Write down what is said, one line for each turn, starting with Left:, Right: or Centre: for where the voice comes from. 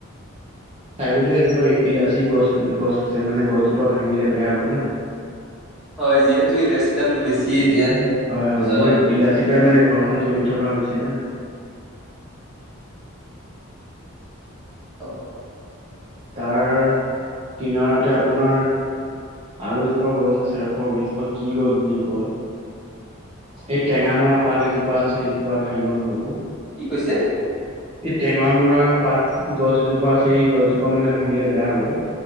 Right: চাইডতে এজোপা ইলাচি গছ গছ আছে মানে গছজোপা ভাঙিলে বেয়া হ'ব না
Centre: হয় যিহেতু ইলাচি দামটো বেছি এতিয়া
Right: হয় হয়
Centre: বজাৰত
Right: মই ইলাচি পাই মানে ঘৰখন চলি থকা হৈছে না
Centre: অ
Right: তাৰ কিনাৰতে আপোনাৰ আৰু এজোপা গছ আছে ৰখক এইজোপা কি গছ বুলি কয় এই টেঙা মৰা পাত এজোপা আছে সেইজোপা ভাঙিব নহ'ব
Centre: কি কৈছে
Right: এই টেঙা মৰা পাত গছজোপা আছে এ গছজোপা মানে ভাঙিলে বেয়া হ'ব